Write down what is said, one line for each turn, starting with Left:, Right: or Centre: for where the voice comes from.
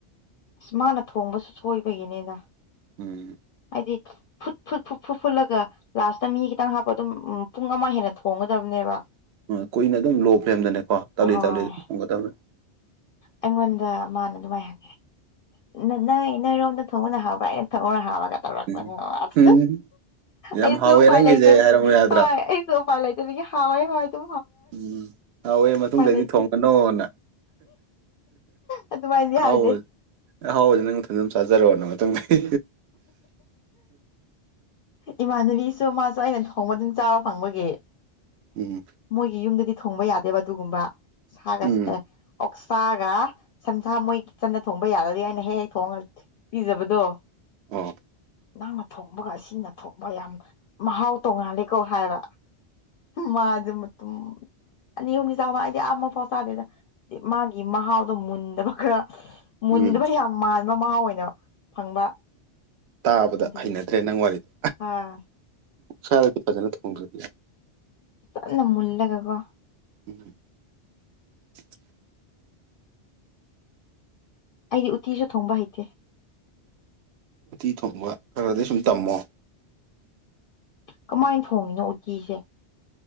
Left: ꯑꯁ ꯃꯥꯅ ꯊꯣꯡꯕꯁꯨ ꯁꯣꯏꯕꯒꯤꯅꯦꯗ
Right: ꯎꯝ
Left: ꯍꯥꯏꯗꯤ ꯐꯨꯠ ꯐꯨꯠ ꯐꯨꯠ ꯐꯨꯠ ꯐꯨꯠꯂꯒ ꯂꯥꯁꯇ ꯃꯤ ꯈꯤꯇꯪ ꯍꯥꯞꯄ ꯑꯗꯨꯝ ꯎ ꯄꯨꯡ ꯑꯃ ꯍꯦꯟꯅ ꯊꯣꯡꯒꯗꯕꯅꯦꯕ
Right: ꯎ ꯀꯨꯏꯅ ꯑꯗꯨꯝ ꯂꯣ ꯐ꯭ꯔꯦꯝꯗꯅꯦꯀꯣ ꯇꯞꯂꯤ
Left: ꯍꯣꯏ
Right: ꯇꯧꯂꯤꯝ ꯊꯣꯡꯒꯗꯕꯅꯤ
Left: ꯑꯩꯉꯣꯟꯗ ꯃꯥꯅ ꯑꯗꯨꯥꯏꯍꯒꯦ ꯅꯪ ꯅꯪꯔꯣꯝꯗ ꯊꯣꯡꯉꯨꯅ ꯍꯥꯎꯕ꯭ꯔꯥ ꯑꯩꯅ ꯊꯃꯧꯅ ꯍꯥꯎꯔꯒ ꯇꯧꯔꯛꯄꯅꯤ
Right: ꯎꯝ ꯎꯝ ꯌꯥꯝ
Left: ꯑꯩ
Right: ꯍꯥꯎꯋꯦ
Left: ꯁꯣ ꯄꯥꯏ
Right: ꯅꯪꯒꯤꯁꯦ
Left: ꯂꯩꯇ
Right: ꯍꯥꯏꯔꯝꯕ ꯌꯥꯗ꯭ꯔꯥ
Left: ꯍ ꯑꯩ ꯁꯣ ꯄꯥꯏ ꯂꯩꯇꯕ ꯍꯦ ꯍ ꯑꯗꯨ
Right: ꯎꯝ ꯍꯥꯎꯋꯦ ꯃꯇꯨꯡꯗꯗꯤ
Left: ꯂꯩꯇꯦ
Right: ꯊꯣꯡꯒꯅꯣꯅ
Left: ꯑꯗꯨꯃꯥꯏꯅꯗꯤ ꯍꯥꯏꯗꯦ
Right: ꯍꯥꯎ ꯍꯥꯎ ꯅꯪ ꯊꯟꯝ ꯆꯥꯖ ꯔꯛꯅꯗꯤ
Left: ꯏꯃꯥꯟꯅꯕꯤꯁꯨ ꯃꯥꯁꯨ ꯑꯩꯅ ꯊꯣꯡꯕ ꯑꯗꯨꯝ ꯆꯥꯕ ꯐꯪꯕꯒꯤ
Right: ꯎꯝ
Left: ꯃꯣꯏꯒꯤ ꯌꯨꯝꯗꯗꯤ ꯊꯣꯡꯕ ꯌꯥꯗꯦꯕ ꯑꯗꯨꯒꯨꯝꯕ ꯁꯥꯒ
Right: ꯎꯝ
Left: ꯑꯦ ꯑꯣ ꯆꯒ ꯁꯟꯁꯥ ꯃꯣꯏ ꯀ ꯆꯟꯅ ꯊꯣꯡꯕ ꯌꯥꯔꯗꯤ ꯍꯥꯏꯅ ꯍꯦꯛ ꯍꯦꯛ ꯊꯣꯡꯉ ꯄꯤꯖꯕꯗꯣ
Right: ꯑ
Left: ꯅꯪꯅ ꯊꯣꯡꯕꯒ ꯁꯤꯅ ꯊꯣꯡꯕ ꯌꯥꯝ ꯃꯍꯥꯎ ꯇꯣꯡꯉꯥꯜꯂꯤꯀꯣ ꯍꯥꯏꯕ ꯃꯥꯖ ꯃꯠꯇꯨꯝ ꯑꯅꯤ ꯌꯨꯝꯒꯤ ꯆꯥꯃ ꯑꯩꯗꯤ ꯑ ꯑꯃ ꯄꯥꯎ ꯆꯥꯗꯦꯗ ꯃꯥꯒꯤ ꯃꯍꯥꯎꯗꯣ ꯃꯨꯟꯗꯕ ꯈꯔ ꯃꯨꯟꯗꯨꯕꯨꯗꯤ
Right: ꯎꯝ
Left: ꯌꯥꯝ ꯃꯥꯟꯕ ꯃꯍꯥꯎ ꯑꯣꯏꯅ ꯐꯪꯕ
Right: ꯇꯥꯕꯗ
Left: ꯑꯗꯨꯒꯤ
Right: ꯍꯩꯅꯗ꯭ꯔꯦ ꯅꯪ ꯋꯥꯔꯤꯗ
Left: ꯑꯥ
Right: ꯏꯁꯥꯗꯗꯤ ꯐꯖꯅ ꯊꯣꯡꯗ꯭ꯔ
Left: ꯀꯟꯅ ꯃꯨꯜꯒꯀꯣ
Right: ꯎꯝ <inaudible>
Left: ꯑꯩꯗꯤ ꯎꯇꯤꯁꯨ ꯊꯣꯡꯕ ꯍꯩꯇꯦ
Right: ꯎꯇꯤ ꯊꯣꯡꯕ ꯈꯔ ꯈꯔꯒꯗꯤ ꯁꯨꯝ ꯇꯝꯃꯣ
Left: ꯀꯃꯥꯏꯅ ꯊꯣꯡꯉꯤꯅꯣ ꯎꯇꯤꯁꯦ